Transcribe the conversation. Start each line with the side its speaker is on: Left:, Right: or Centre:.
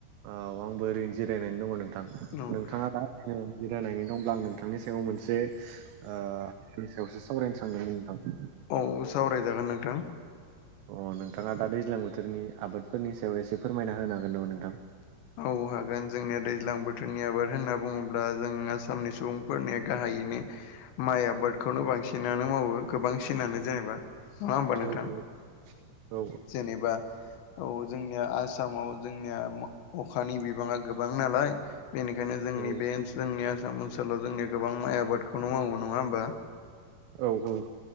Right: औ आंबो ओरैनो जिरायनानै दङ नोंथां
Left: औ
Right: नोंथाङा दा ए जिरायनायनि दंब्ला आं नोंथांनि सायाव मोनसे ओ सायावसो सावरायनो सानदोंमोन नोंथां।
Left: औ सावरायजागोन नोंथां।
Right: अ नोंथाङा दा दैज्लां बोथोरनि आबादफोरनि सायाव एसे फोरमायना होनो हागोन नामा नोंथां?
Left: औ हागोन जोंनिया दैज्लां बोथोरनि आबाद होनना बुङोब्ला जों आसामनि सुबुंफोरनि गाहायैनो माइ आबादखौनो बांसिनानो मावो गोबांसिनानो जेनेबा नङा होमबा नोंथां?
Right: औ औ औ
Left: जेनेबा औ जोंनिया आसामाव जोंनिया अखानि बिबाङा गोबां नालाय। बेनिखायनो जोंनि
Right: औ
Left: बे ओन जोंनि आसाम ओनसोलाव जोंनिया गोबां माइ आबादखौनो मावो नङा होमबा?
Right: औ औ।